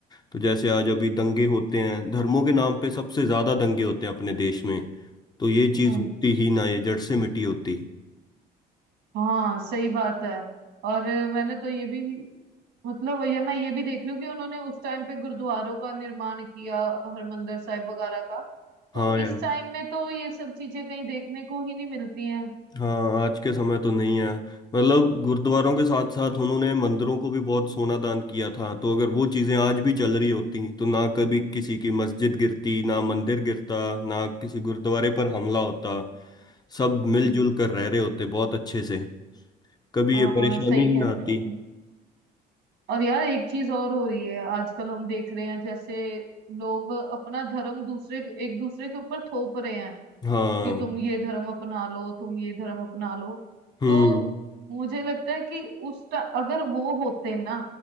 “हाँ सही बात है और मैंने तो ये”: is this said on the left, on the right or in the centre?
Right